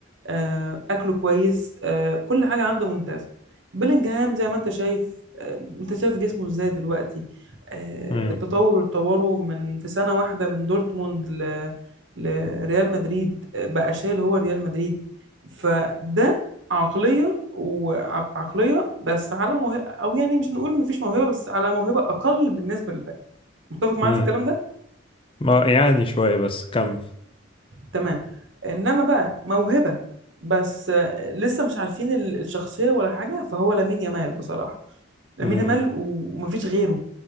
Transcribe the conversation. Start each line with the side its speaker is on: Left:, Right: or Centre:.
Right: آه، أكله كويس آه، كل حاجة عنده ممتازة بيلينجهام زي ما أنت شايف آه، أنت شايف جسمه إزاي دلوقتي آه،
Left: امم
Right: التطور اللي اتطوره من في سنة واحدة من دورتموند ل... لريال مدريد آه، بقى شايل هو ريال مدريد فده عقلية وعقلية بس على موهبة او يعني مش هنقول مفيش موهبه بس على موهبه اقل بالنسبه للباقي متفق معايا
Left: امم
Right: في الكلام ده
Left: ما يعني شوية بس كمل
Right: تمام انما بقى موهبه بس آه، لسه مش عارفين ال- الشخصيه ولا حاجه فهو لامين يامال بصراحه لامين
Left: امم
Right: يامال و- ومفيش غيره